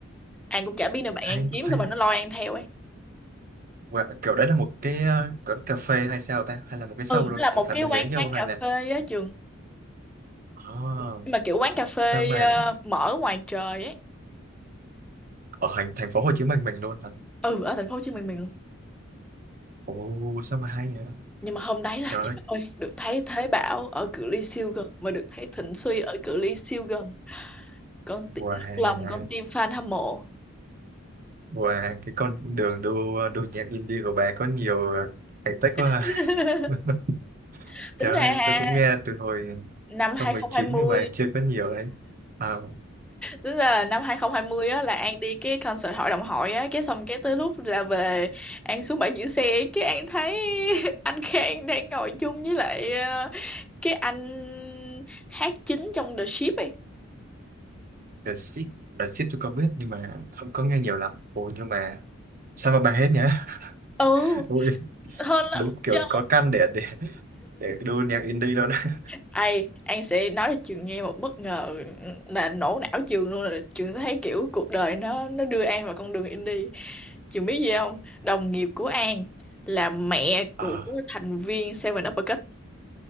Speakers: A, in the centre; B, on the right (about 40°).
A: An cũng chả biết nữa bạn
B: hay
A: An kiếm
B: hay
A: xong rồi nó lôi An theo ấy
B: Wow, kiểu đấy là một cái ờ, kiểu cà phê hay sao ta hay là một cái
A: ừ
B: show
A: nó
B: luôn
A: là
B: kiểu
A: một
B: phải
A: cái
B: mua
A: quán
B: vé vô
A: quán
B: hay
A: cà
B: là
A: phê á trường
B: oh,
A: nhưng mà kiểu quán cà phê
B: sao mà
A: ờ, mở ngoài trời ấy
B: ở thành thành phố Hồ Chí Minh mình luôn hả
A: ừ ở thành phố Hồ Chí Minh mình luôn
B: ồ sao mà hay vậy
A: nhưng mà hôm đấy là
B: trời
A: trời
B: ơi
A: ơi được thấy Thế Bảo ở cự ly siêu gần mà được thấy Thịnh Suy ở cự ly siêu gần con tim
B: wow
A: nức lòng con tim fan hâm mộ
B: wow cái con đường đua đua nhạc indie của bà có nhiều ờ, thành tích quá ha.
A: <laughs>
B: <laughs>
A: tính
B: trời
A: ra
B: ơi
A: ha,
B: tôi cũng nghe từ hồi hai
A: năm 2020
B: không một chín nhưng mà chưa có nhiều đấy à,
A: tính ra là năm 2020 á là An đi cái concert hội đồng hội á cái xong cái tới lúc ra về An xuống bãi giữ xe cái An thấy <laughs> anh Khang đang ngồi chung với lại ờ, cái anh hát chính trong The Ship ấy
B: The Ship The Ship tôi có biết nhưng mà không có nghe nhiều lắm ôi nhưng mà sao mà bà hết nhá
A: ừ
B: <laughs> ui
A: hơn lắm
B: đúng kiểu
A: chứ,
B: có căn để để để đu nhạc indie luôn á
A: Ai, An sẽ nói cho Trường nghe một bất ngờ là nổ não Trường luôn là Trường sẽ thấy kiểu cuộc đời nó nó đưa An vào con đường indie. Trường biết gì không? Đồng nghiệp của An là mẹ của
B: Ờ,
A: thành viên Seven Uppercut.